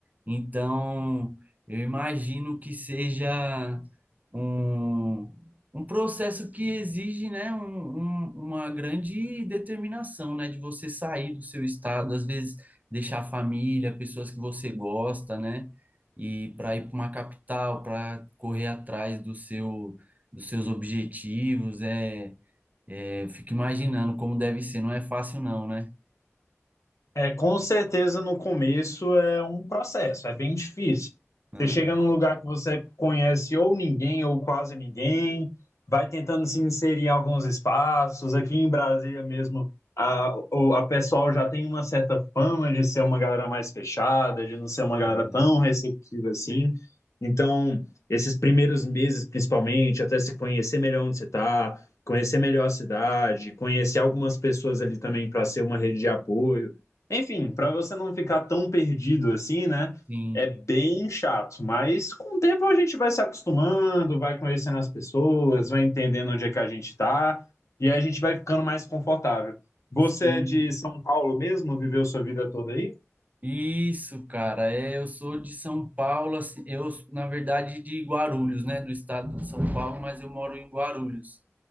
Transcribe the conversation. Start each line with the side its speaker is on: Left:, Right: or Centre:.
Right: Então, eu imagino que seja um, um processo que exige, né, um- um- uma grande determinação, né, de você sair do seu estado, às vezes deixar a família, pessoas que você gosta, né, e para ir para uma capital, para correr atrás do seu, dos seus objetivos, é, é, fico imaginando como deve ser, não é fácil não, né?
Left: É, com certeza no começo é um processo, é bem difícil.
Right: Ah,
Left: Você chega num lugar que você conhece ou ninguém ou quase ninguém, vai tentando se inserir em alguns espaços. Aqui em Brasília mesmo, a, o- a pessoal já tem uma certa fama de ser uma galera mais fechada, de não ser uma galera
Right: ah,
Left: tão receptiva assim. Então, esses primeiros meses, principalmente, até se conhecer melhor onde você está, conhecer melhor a cidade, conhecer algumas pessoas ali também para ser uma rede de apoio. Enfim, para você não ficar tão perdido assim, né?
Right: Sim,
Left: É bem chato, mas com o tempo a gente vai se acostumando, vai conhecendo as pessoas, vai entendendo onde é que a gente está e aí a gente vai ficando mais confortável. Você
Right: sim.
Left: é de São Paulo mesmo? Viveu sua vida toda aí?
Right: Isso, cara, é, eu sou de São Paulo, assim, eu, na verdade, de Guarulhos, né, do estado de São Paulo, mas eu moro em Guarulhos.